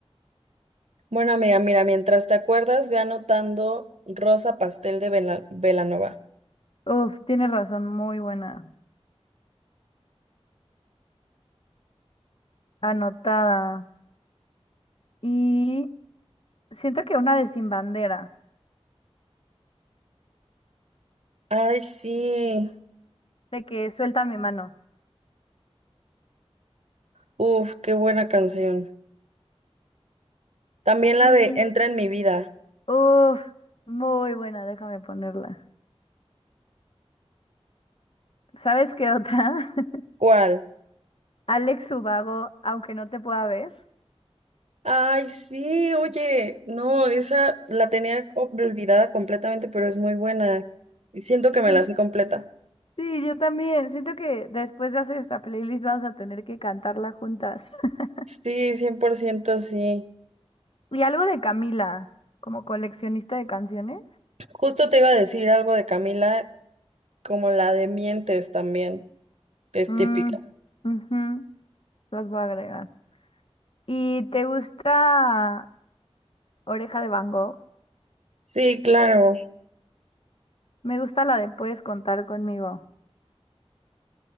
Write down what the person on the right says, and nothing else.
Bueno, amiga, mira, mientras te acuerdas, ve anotando Rosa Pastel de Vela- Belanova.
Ay, sí.
Uf, qué buena canción. También la
de Entra en mi vida.
¿Cuál?
Ay, sí, oye, no, esa la tenía olvidada completamente, pero es muy buena. Y Siento que me
la sé completa.
Sí, 100% sí.
Justo te iba a decir algo de Camila, como la de Mientes también, que es
típica.
Sí, claro.